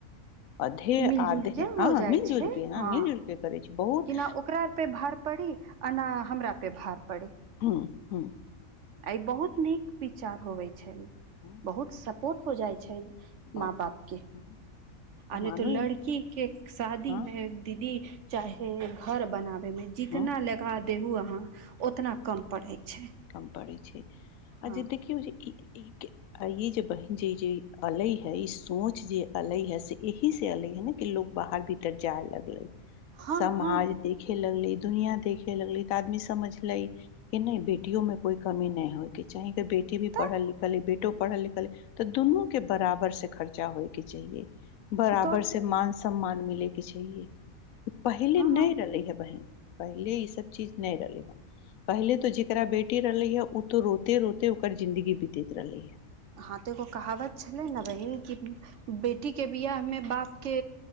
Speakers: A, on the left (about 80°); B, on the right (about 65°).
A: अधे
B: मिलजुलके
A: आधे
B: हो
A: हँ
B: जाइ
A: मिल
B: छै
A: जुल के
B: हँ
A: मिल जुल के करै छै बहुत
B: केना ओकरा पे भार पड़ अ हमरा पे भार पड़े
A: हँ हँ
B: एहि बहुत नीक विचार होवे छै
A: हुँ
B: बहुत सपोर्ट हो जाइ छै
A: बहु
B: मा बापके
A: हँ
B: आ
A: मानू
B: नहि तो लड़की के शादी
A: हँ
B: मे दीदी चाहे घर बनावे मे जितना
A: हँ
B: लगा देहु अहाँ उतना कम पड़ै छै
A: कम पड़ै छै आ
B: हँ
A: ज देखियौ जे ई ई आ य जे बहिन जे जे अलै हैय ई सोच जे अलै हैय से अही से अलै हैय न के लोग बाहर भीतर जाय लगले
B: हँ
A: समाज
B: हँ
A: देखे लगली दुनिया देखे लगली तऽ आदमी समझल कि नहि बेटियो में कोई कमी नहि होय क चाही बेटी
B: तऽ
A: पढ़ल लिखल बेटो पढ़ल लिखल तऽ दुनू के बराबर से खर्चा होयके चाहिए बराबर
B: हँ तऽ
A: से मान सम्मान मिले के चाहिए ई पहिले
B: हँ
A: नहि रहले है बहन पहिले ई सब चीज नहि रहलै हे पहिले तो जेकरा बेटी रहलै ह तो रोते रोते ओकर जिंन्दगी बीतैत रहलै
B: हँ तऽ एगो कहावत छलै ने बहिन कि बेटी के बिआह मे बाप के